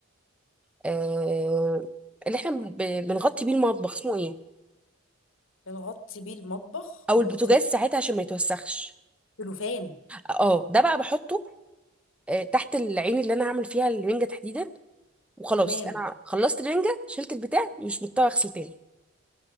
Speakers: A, in the centre; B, on the left.
A: آه اللي احنا ب- بنغطي بيه المطبخ اسمه ايه
B: بنغطي بيه المطبخ
A: او
B: بنغطي
A: البوتاجاز
B: بيه
A: ساعتها عشان ما يتوسخش
B: السلوفان
A: اه ده بقى بحطه آه تحت العين اللي انا هعمل فيها الرنجه تحديدا وخلاص
B: تمام
A: انا خلصت الرنجه شلت البتاع مش مضطره اغسل تاني